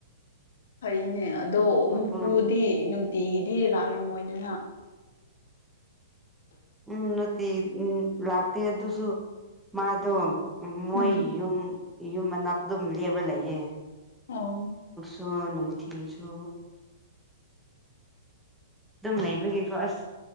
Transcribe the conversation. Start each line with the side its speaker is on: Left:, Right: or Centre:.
Left: ꯐꯩꯅꯦ ꯑꯗꯣ
Centre: ꯃꯄꯨꯟ
Left: ꯃꯄꯨꯗꯤ ꯅꯨꯡꯇꯤꯒꯤꯗꯤ ꯂꯥꯛꯔꯝꯃꯣꯏꯗꯅ
Centre: ꯎꯝ ꯅꯠꯇ ꯎꯝ ꯂꯥꯛꯇ ꯑꯗꯨꯁꯨ ꯃꯥꯗ ꯎ ꯃꯣꯏ
Left: ꯎꯝ
Centre: ꯌꯨꯝ ꯌꯨꯝ ꯃꯅꯥ ꯑꯗꯨꯝ ꯂꯦꯕ ꯂꯩꯌꯦ
Left: ꯑꯣ
Centre: ꯁꯣ ꯅꯨꯊꯁꯨ ꯑꯗꯨꯝ ꯂꯩꯕꯒꯦꯀꯣ ꯑꯁ